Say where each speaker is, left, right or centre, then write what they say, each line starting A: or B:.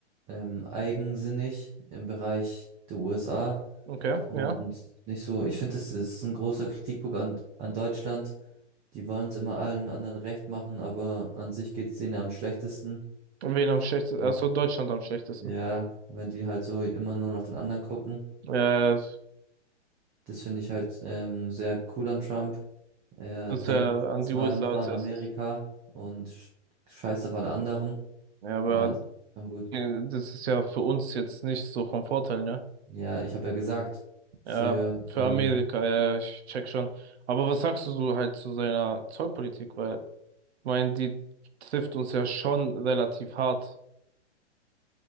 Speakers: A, on the right; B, on the right.
A: ähm, eigensinnig im Bereich der USA
B: Okay,
A: und
B: ja.
A: nicht so, ich finde, es ist ein großer Kritikpunkt an, an Deutschland. Die wollen es immer allen anderen recht machen, aber an sich geht es denen am schlechtesten.
B: Und wen am schlechtesten?
A: Ähm,
B: Achso, Deutschland am schlechtesten.
A: Ja, wenn die halt so immer nur nach den anderen gucken.
B: Äh,
A: Das finde ich halt ähm, sehr cool an Trump. Er
B: dass
A: denkt
B: er an
A: erstmal
B: die USA
A: nur
B: als
A: an
B: erstes.
A: Amerika und sch- scheißt auf alle anderen.
B: Ja, aber
A: Ja, das ist schon gut.
B: äh, das ist ja für uns jetzt nicht so vom Vorteil, ne?
A: Ja, ich habe ja gesagt, für
B: Ja, für
A: ähm,
B: Amerika, ja, ja, ich check schon. Aber was sagst du so halt zu seiner Zollpolitik? Weil, ich meine, die trifft uns ja schon relativ hart.